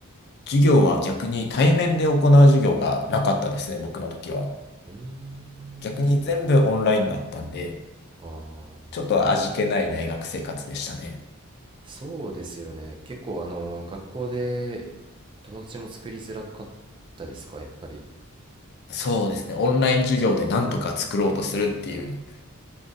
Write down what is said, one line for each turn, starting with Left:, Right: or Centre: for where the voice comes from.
Left: 授業は逆に対面で行う授業がなかったですね、僕の時は。
Right: うーん
Left: 逆に全部オンラインだったんで、
Right: ああ
Left: ちょっと味気ない大学生活でしたね。
Right: そうですよね。結構あの学校で友達も作りづらかったですか、やっぱり。
Left: そうですね。オンライン授業でなんとか作ろうとするっていう、